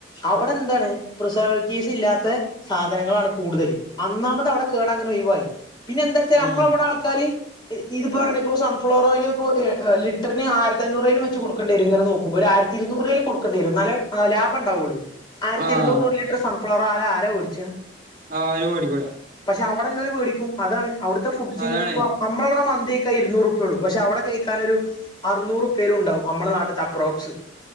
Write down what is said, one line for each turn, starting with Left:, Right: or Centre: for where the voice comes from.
Left: അവിടെ എന്താണ് പ്രിസർവേറ്റീവ്സ് ഇല്ലാത്ത സാധനങ്ങളാണ് കൂടുതൽ അന്നാമത് അവിടെ കേടഅങ്ങനെ ഒഴിവായി പിന്നെന്താച്ചാൽ
Right: ഉം
Left: നമ്മളവിടെ ആൾ ക്കാര് ഇത് പറഞ്ഞ്ക്കു സൺഫ്ളവർ ഓയിൽ <unintelligible> ലിറ്ററ്ന് ആയിരതഞ്ഞൂറെയ്ലും വെക് ച്ച് കൊടുക്കണ്ട്യരും ഇങ്ങനെ നോക്ക്മ്പോ ഒര് ആയിരത്തി ഇരുന്നൂറേലും കൊടുക്കണ്ടരും ഇന്നാലേ ആഹ് ലാഭ ഇണ്ടാവാെള്ളൂ ആയ്ര്ത്തിഇരുന്നൂറിന്
Right: ആഹ്
Left: ഒര് ലിറ്റ്ർ ഇത്ര സൺഫ്ലവർ ഓല ആരാ വേട്ച്ചാ
Right: ആരും മേടിക്കൂല
Left: പക്ഷെ അവിടെല്ലോര് മേടിക്കും അതാണ് അവിട്ത്തെ ഫുഡ്ചിന്പ്പാണ്
Right: അതാണ്
Left: നമ്മള ഇവിടെ മന്തിയക്കാൻ ഇരുന്നൂറുപ്പ്യള്ളൂ പക്ഷെ അവടെ കഴിക്കാനൊരു അറുന്നൂറുപ്പ്യെലും ഇണ്ടാവും നമ്മടെ നാട്ട്ത്തെ അപ്രോക്സ്